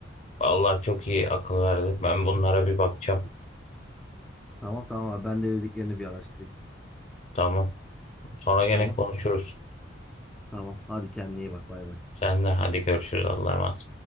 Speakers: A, on the left; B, in the centre.
A: Allah çok iyi akıl verdi. Ben bunlara bir bakacağım.
B: Tamam tamam abi ben de dediklerini bir araştırayım.
A: Tamam. Sonra gene
B: Tamam
A: konuşuruz.
B: tamam hadi kendine iyi bak bay bay.
A: Sen de hadi görüşürüz Allah'a emanet.